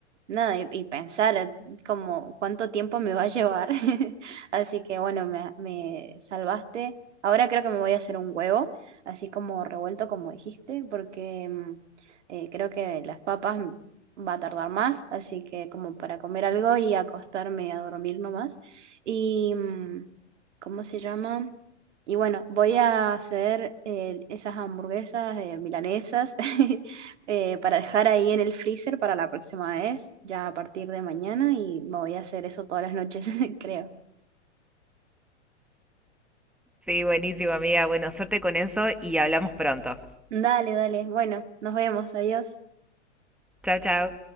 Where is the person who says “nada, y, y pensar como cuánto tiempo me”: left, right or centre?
Right